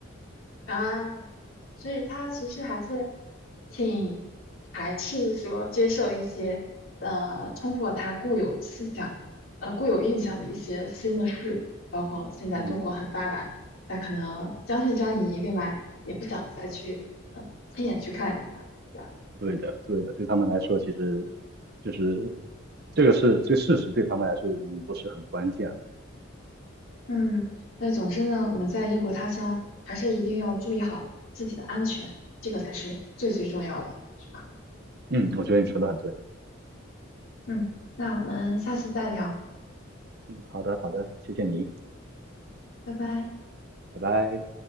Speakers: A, on the left (about 85°); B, on the right (about 50°).
A: 啊，所以他其实还是挺排斥说接受一些呃冲破他固有思想、呃固有印象的一些新的事物，包括现在中国很发达，
B: 嗯，
A: 他可能将信将疑，另外也不想再去呃亲眼去看一看，对吧？
B: 对的，对的，对他们来说，其实就是这个是这个事实，对他们来说已经不是很关键了。
A: 嗯，那总之呢，我们在异国他乡还是一定要注意好自己的安全，这个才是最最重要的，是吧？
B: 嗯，我觉得你说的很对。
A: 嗯，那我们下次再聊，
B: 嗯，好的，好的，谢谢你，
A: 拜拜。
B: 拜拜。